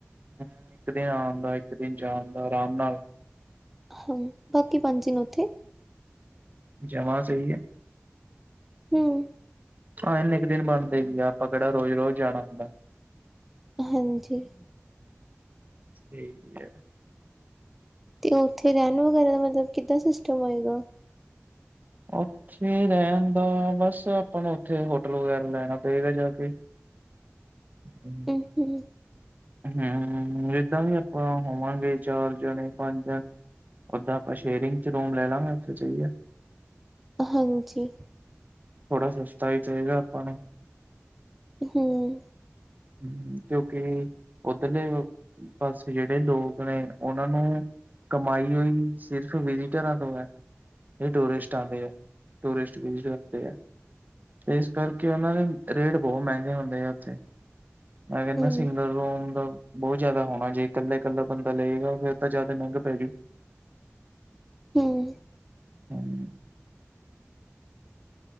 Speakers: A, on the right; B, in the centre.
A: ਹਮ ਇੱਕ ਦਿਨ ਆਣ ਦਾ, ਇੱਕ ਦਿਨ ਜਾਣ ਦਾ, ਆਰਾਮ ਨਾਲ
B: ਹਾਂ, ਬਾਕੀ ਪੰਜ ਦਿਨ ਉੱਥੇ
A: ਜਮਾ ਸਹੀ ਐ
B: ਹਮ
A: ਹਾਂ ਐਨੇ ਕ ਦਿਨ ਬਣਦੇ ਵੀ ਆ, ਆਪਾਂ ਕਿਹੜਾ ਰੋਜ਼- ਰੋਜ਼ ਜਾਣਾ ਹੁੰਦਾ
B: ਹਾਂਜੀ
A: ਠੀਕ ਕਿਹਾ
B: ਤੇ ਉੱਥੇ ਰਹਿਣ ਵਗੈਰਾ ਦਾ ਮਤਲਬ ਕਿੱਦਾਂ ਸਿਸਟਮ ਹੋਏਗਾ
A: ਉੱਥੇ ਰਹਿਣ ਦਾ, ਬਸ ਆਪਾਂ ਨੂੰ ਉੱਥੇ ਹੋਟਲ ਵਗੈਰਾ ਲੈਣਾ ਪਏਗਾ ਜਾ ਕੇ ਹਮਮ
B: ਹਮ ਹਮ
A: ਹਮ ਜਿੱਦਾਂ ਵੀ ਆਪਾਂ ਹੋਵਾਂਗੇ ਚਾਰ ਜਣੇ, ਪੰਜ ਜਣੇ ਓਦਾਂ ਆਪਾਂ ਸ਼ੇਅਰਿੰਗ 'ਚ ਰੂਮ ਲੈ ਲਾਂਗੇ, ਉੱਥੇ ਚਹੀਏ
B: ਹਾਂਜੀ
A: ਥੋੜਾ ਸਸਤਾ ਹੀ ਚਾਹੀਦਾ ਆਪਾਂ ਨੂੰ
B: ਹਮ
A: ਹਮ, ਕਿਉਂਕਿ, ਉੱਧਰਲੇ ਓ ਬਸ ਜੇੜੇ ਲੋਕ ਨੇ, ਉਹਨਾਂ ਨੂੰ ਕਮਾਈ ਓਈ, ਸਿਰਫ ਵਿਜ਼ਟਰਾਂ ਤੋਂ ਐ ਇਹ ਟੂਰਿਸਟ ਆਉਂਦੇ ਆ, ਟੂਰਿਸਟ ਵੀਜਾ ਤੇ ਆ ਤੇ ਇਸ ਕਰਕੇ ਉਹਨਾਂ ਦੇ ਰੇਟ ਬਹੁਤ ਮਹਿੰਗੇ ਹੁੰਦੇ ਆ ਉੱਥੇ, ਮੈਂ ਰਹਿੰਦਾ
B: ਹਮ
A: ਸਿੰਗਲ ਰੂਮ ਦਾ ਬਹੁਤ ਜਿਆਦਾ ਹੋਣਾ, ਜੇ ਇਕੱਲੇ- ਇਕੱਲਾ ਬੰਦਾ ਲਏਗਾ ਫੇਰ ਤਾਂ ਜਿਆਦਾ ਮਹਿੰਗਾ ਪੈਜੂ
B: ਹਮ
A: ਹਾਂਜੀ